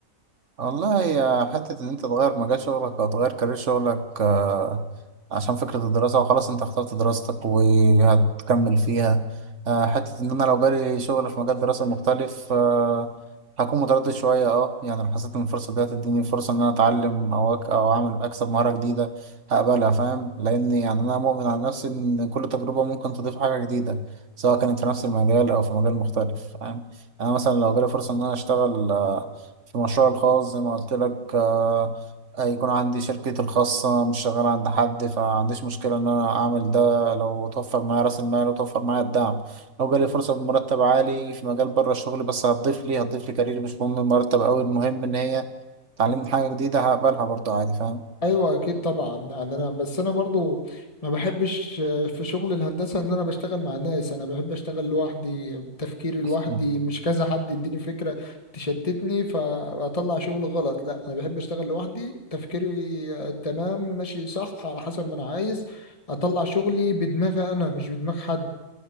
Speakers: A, on the right; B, on the left.
A: والله هي حتة إن أنت تغير مجال شغلك أو تغير كارير شغلك آه، عشان فكرة الدراسة وخلاص أنت اخترت دراستك وهتكمل فيها آه، حتة إن أنا لو جالي شغل في مجال دراسة مختلف آه، هكون متردد شوية أه يعني لو حسيت إن الفرصة دي هتديني فرصة إن أنا أتعلم أو أك أو أعمل أكسب مهارة جديدة هقبلها فاهم لأن يعني أنا مؤمن على نفسي إن كل تجربة ممكن تضيف حاجة جديدة سواء كانت في نفس المجال أو في مجال مختلف فاهم يعني أنا مثلا لو جالي فرصة إن أنا أشتغل آه، في مشروعي الخاص زي ما قلت لك آه، هيكون عندي شركتي الخاصة مش شغال عند حد فعنديش مشكلة إن أنا أعمل ده لو توفر معايا رأس المال وتوفر معايا الدعم لو جالي فرصة بمرتب عالي في مجال بره الشغل بس هتضيف لي هتضيف لي كارير مش مهم المرتب أوي المهم إن هي تعلمني حاجة جديدة هقبلها برضه عادي فاهم
B: ايوه اكيد طبعا يعني انا بس انا برضو ما بحبش في شغل الهندسه ان انا بشتغل مع ناس انا بحب اشتغل لوحدي بتفكيري لوحدي
A: <laughs>
B: مش كذا حد يديني فكره تشتتني فاطلع شغل غلط لا انا بحب اشتغل لوحدي تفكيري تمام ماشي صح على حسب ما انا عايز اطلع شغلي بدماغي انا مش بدماغ حد